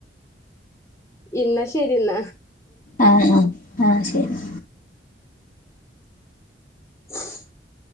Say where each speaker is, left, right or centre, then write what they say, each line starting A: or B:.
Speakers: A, on the left; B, on the left.
A: ഇന്നാ ശെരിന്ന
B: ആ ആ ആ ശെരി
A: <inaudible>